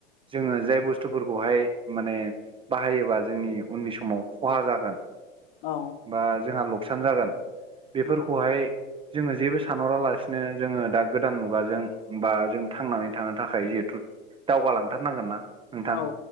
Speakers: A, on the right (about 15°); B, on the left (about 55°).
A: जोङो जाय बुस्थुफोरखौहाय माने बाहायोबा जोंनि उननि समाव खहा जागोन।
B: औ
A: बा जोंहा लकसान जागोन बेफोरखौहाय
B: नंगौ
A: जोङो जेबो सानहरालासिनो जोङो दा गोदान मुगाजों बा जों थांनानै थानो थाखाय जिहेथु दावगालांथारनांगोन ना नोंथां
B: औ